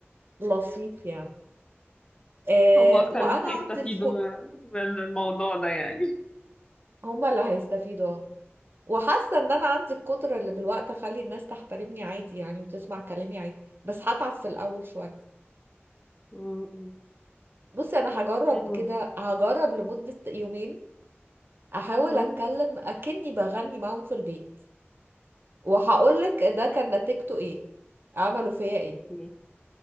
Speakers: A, on the right; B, on the left.
A: لطيف يعني آه،
B: هم أكتر
A: وانا
B: ناس هيستفيدوا
A: عندي الك...
B: من الموضوع ده يعني
A: هما اللي هيستفيدوا آه. وحاسه ان انا عندي القدره اللي بالوقت اخلي الناس تحترمني عادي يعني وتسمع كلامي عادي بس هتعب في الاول شويه
B: مم.
A: بصي انا هجرب
B: حلو
A: كده
B: ده
A: هجرب لمده يومين احاول
B: مم.
A: اتكلم اكني بغني معاهم في البيت وهقول لك ده كان نتيجته ايه عملوا فيا ايه
B: مم.